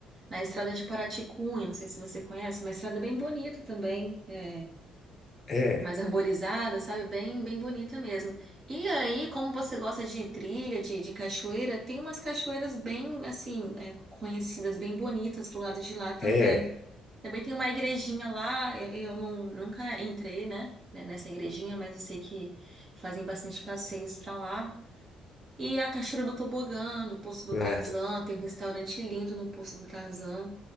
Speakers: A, on the right; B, on the left.
A: na estrada de Paraty-Cunha. Não sei se você conhece, é uma estrada bem bonita também. É,
B: é,
A: mais arborizada, sabe? Bem, bem bonita mesmo. E aí, como você gosta de trilha, de, de cachoeira, tem umas cachoeiras bem, assim, é, conhecidas, bem bonitas pro lado de lá também.
B: é.
A: Também tem uma igrejinha lá, eu, eu não, nunca entrei, né, né, nessa igrejinha, mas eu sei que fazem bastante passeios pra lá. E a cachoeira do tobogã, do Poço do
B: Na...
A: Tarzan, tem um restaurante lindo no Poço do Tarzan.